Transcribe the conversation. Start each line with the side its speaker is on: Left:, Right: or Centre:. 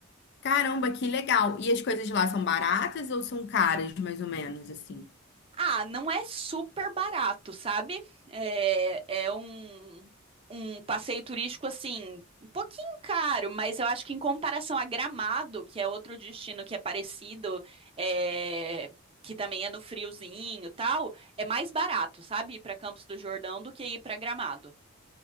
Left: Caramba, que legal. E as coisas lá são baratas ou são caras, mais ou menos, assim?
Right: Ah, não é super barato, sabe? É, é um, um passeio turístico assim, um pouquinho caro, mas eu acho que em comparação a Gramado, que é outro destino que é parecido, é, que também é no friozinho e tal, é mais barato, sabe? Ir para Campos do Jordão do que ir para Gramado.